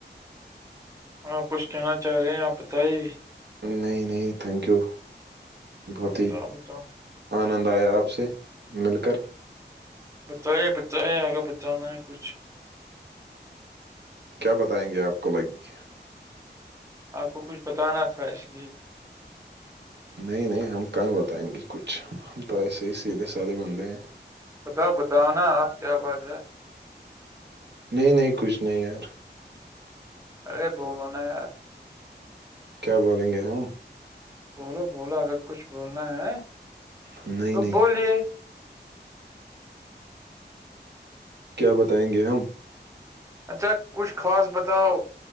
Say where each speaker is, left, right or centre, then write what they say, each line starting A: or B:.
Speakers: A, on the right; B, on the right.
A: ہا کچھ کہنا چاہ رہے ہیں آپ بتائیے
B: نہیں نہیں تھینک یو بہت
A: آپ بتاؤ
B: ہی
A: بتاؤ
B: آنند آیا آپ سے مل کر
A: بتائیے بتائیے اگر بچانا ہے کچھ
B: کیا بتائیں گے آپ کو بھائی کیا
A: آپ کو کچھ بتانا تھا اس لیے
B: نہیں نہیں ہم کہاں بتائیں گے کچھ ہم تو ایسے ہی سیدھے سادے بندے ہیں
A: بتاؤ بتاؤ نا آپ کیا بات ہے
B: نہیں نہیں کچھ نہیں یار
A: ارے بولو نا یار
B: کیا بولیں گے ہم
A: بولو بولو اگر کچھ بولنا ہے
B: نہیں
A: تو
B: نہیں
A: بولیے
B: کیا بتائیں گے ہم
A: اچھا کچھ خاص بتاؤ